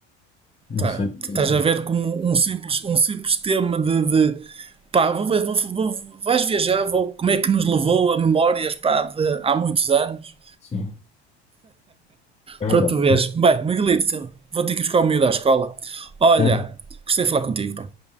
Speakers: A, on the left; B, on the right.
A: Não
B: Tá,
A: sei o que
B: estás
A: pensas.
B: a ver como um simples, um simples tema de, de pá, vou, vou, vou- vais viajar, vou, como é que nos levou a memórias pá, de há muitos anos
A: Sim, é verdade.
B: para tu veres. Bem, Miguelito, vou ter que ir buscar o miúdo à escola. Olha,
A: Certo.
B: gostei de falar contigo, pá.